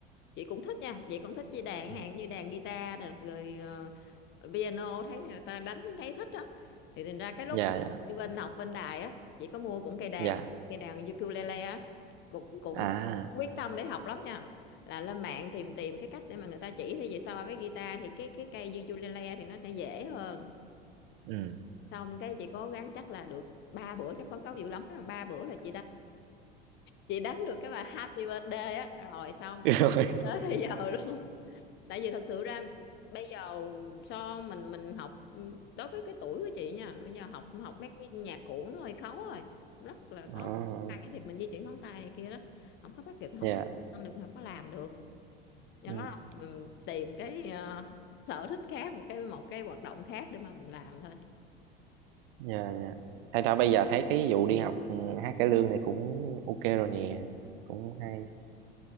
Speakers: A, on the left; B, on the right.
A: chị cũng thích nha chị cũng thích chơi đàn
B: Ừ.
A: hạn như đàn guitar nè rồi ờ, piano thấy người ta đánh thấy thích á thì thành ra cái lúc
B: dạ
A: mà
B: dạ
A: ở bên học bên đài á chị có mua cũng cây đàn
B: dạ
A: cây đàn ukulele á cũng cũng
B: à
A: quyết tâm để học lắm nha là lên mạng tìm tìm cái cách để mà người ta chỉ thì về so với guitar thì cái cái cây ukulele thì nó sẽ dễ hơn
B: ừ
A: xong cái chị cố gắng chắc là được ba bữa chắc phấn đấu dữ lắm á. ba bữa là chị đánh chị đánh được cái bài Happy Birthday á rồi xong
B: <laughs>
A: t-
B: rồi
A: tới bây giờ luôn tại vì thật sự ra bây giờ so mình mình học đối với cái tuổi của chị nha bây giờ học học mấy cái nhạc cũ nó hơi khó rồi rất là khó
B: à,
A: hai cái việc mình di chuyển ngón tay này kia đó không có bắt kịp không
B: dạ
A: có ăn được mình không có làm được do
B: ừ.
A: đó là mình tìm cái ờ, sở thích khác một cái một cái hoạt động khác để mà mình làm thôi
B: dạ dạ thay đó bây giờ thấy cái vụ đi học ừ, hát cải lương này cũng ok rồi nè cũng hay